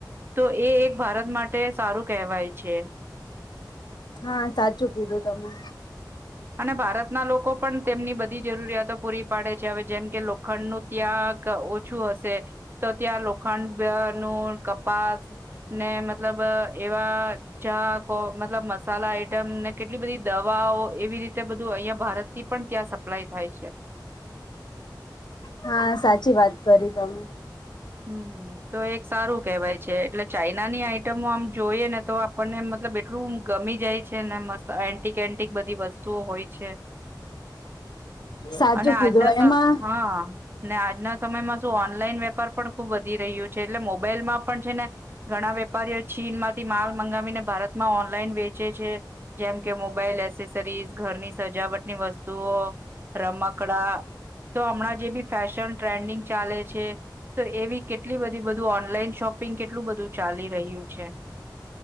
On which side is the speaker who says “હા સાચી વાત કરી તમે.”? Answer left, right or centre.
Left